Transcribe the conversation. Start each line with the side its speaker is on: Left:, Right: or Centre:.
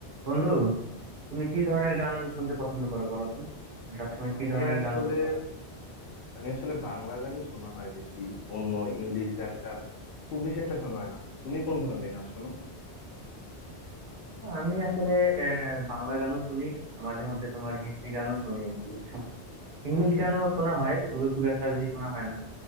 Right: বন্ধু তুমি কি ধরনের গান শুনতে পছন্দ করো বলো তো মানে সবসময়
Left: আমি
Right: কি ধরনের
Left: আসলে
Right: গান তুমি সব-
Left: আমি আসলে বাংলা গানই শোনা হয় বেশি অন্য ইংলিশ গান টান খুব বেশি একটা শোনা হয় না তুমি কোন ধরনের গান শোনো
Right: আমি আসলে আহ, বাংলা গানও শুনি মাঝে মধ্যে তোমার হিন্দি গানও শুনি আর কি বুঝছো ইংলিশ গানও শোনা হয় ওগুলো খুব একটা বেশি শোনা হয় না